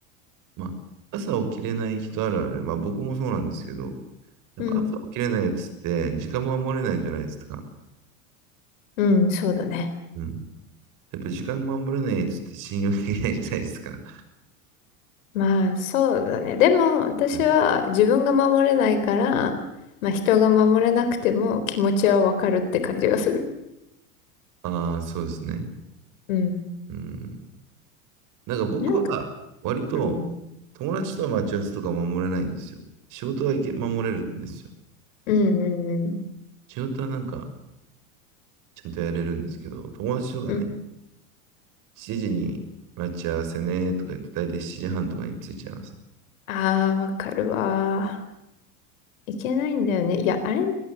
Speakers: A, on the right; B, on the left.
A: まあ、朝起きれない人あるある。まあ僕もそうなんですけど、やっぱ朝起きれないやつって時間守れないじゃないですか。
B: うん。うん、そうだね。
A: うん。やっぱ時間守れないやつって信用できないじゃないですか。
B: まあ、そうだね。でも、私は自分が守れないから、
A: <laughs>
B: まあ、人が守れなくても気持ちはわかるって感じがする。
A: ああ、そうですね。
B: うん。
A: うん。なんか僕は割と
B: なんか、うん。
A: 友達との待ち合わせとか守れないんですよ。仕事はいけ、守れるんですよ。
B: うん、うん、うん。
A: 仕事はなんかちゃんとやれるんですけど、友達とかね、
B: うん。
A: 7時に待ち合わせねとか言って、だいたい7時半とかに着いちゃいますね。
B: ああ、わかるわー。いけないんだよね。いや、あれね。